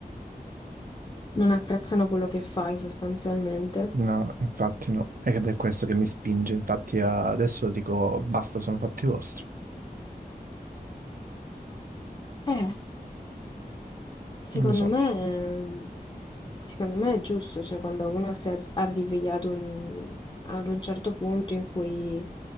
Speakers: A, on the left (about 30°); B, on the right (about 65°).
A: Non apprezzano quello che fai sostanzialmente.
B: No, infatti no. Ed è questo che mi spinge, infatti, a- adesso dico basta, sono fatti vostri.
A: Eh, secondo
B: Non lo so.
A: me, ehm, Secondo me è giusto, cioè quando uno si ar- arrivi ad un, ad un certo punto in cui,